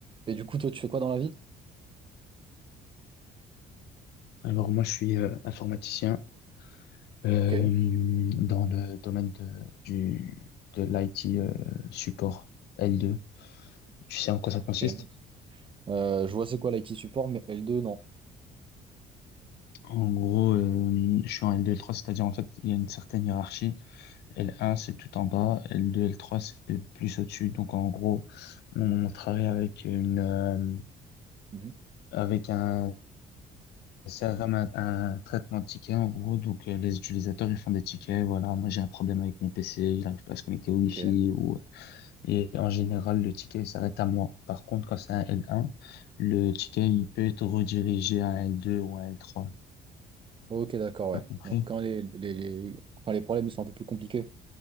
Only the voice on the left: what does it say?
Alors moi, je suis euh, informaticien euh,
dans le domaine de, du, de l'IT euh, support L2. Tu sais en quoi ça consiste?
En gros, euh, je suis en L2, L3, c'est-à-dire en fait, il y a une certaine hiérarchie. L1, c'est tout en bas. L2, L3, c'est plus au-dessus. Donc en gros, on travaille avec une, euh,
avec un CRM, un, un traitement de tickets en gros. Donc euh, les utilisateurs, ils font des tickets. Voilà, moi j'ai un problème avec mon PC, il n'arrive pas à se connecter au
Wi-Fi ou Et en général, le ticket il s'arrête à moi. Par contre, quand c'est un L1, le ticket, il peut être redirigé à un L2 ou un L3.
T'as
compris?